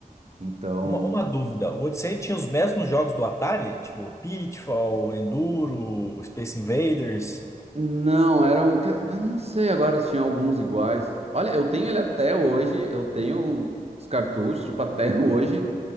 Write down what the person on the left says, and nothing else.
Uma, uma dúvida, o Odyssey tinha os mesmos jogos do Atari? Tipo Pitfall, Enduro, Space Invaders.